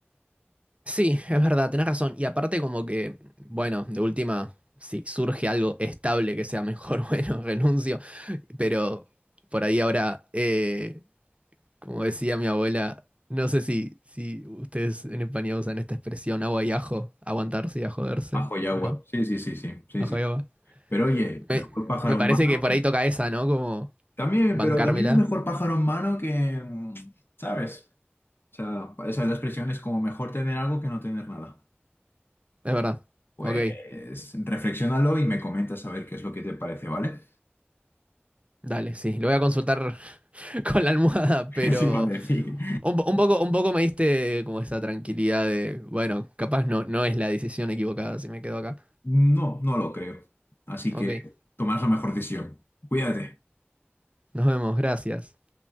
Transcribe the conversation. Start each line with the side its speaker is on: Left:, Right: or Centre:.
Right: Sí, es verdad, tenés razón. Y aparte, como que, bueno, de última, si surge algo estable que sea mejor, <laughs> bueno, renuncio. Pero por ahí ahora, eh, Como decía mi abuela, no sé si, si ustedes en España usan esta expresión agua y ajo, aguantarse y a joderse,
Left: Bajo y agua.
Right: ¿no?
Left: Sí, sí, sí, sí, sí,
Right: Ajo
Left: sí.
Right: y agua.
Left: Pero oye,
Right: Me,
Left: mejor pájaro
Right: me parece
Left: en mano.
Right: que por ahí toca esa, ¿no? Como
Left: También,
Right: bancármela.
Left: pero también es mejor pájaro en mano que, mm, ¿sabes? O sea, esa es la expresión, es como mejor tener algo que no tener nada.
Right: Es verdad.
Left: Pues
Right: Ok,
Left: reflexiónalo y me comentas a ver qué es lo que te parece, ¿vale?
Right: dale, sí. Lo voy a consultar <laughs> con la almohada,
Left: <laughs>
Right: pero
Left: Eso iba a decir.
Right: un, po- un poco, un poco me diste como esa tranquilidad de, bueno, capaz no, no es la decisión equivocada si me quedo acá.
Left: No, no lo creo. Así
Right: Ok,
Left: que tomarás la mejor decisión. Cuídate.
Right: nos vemos, gracias.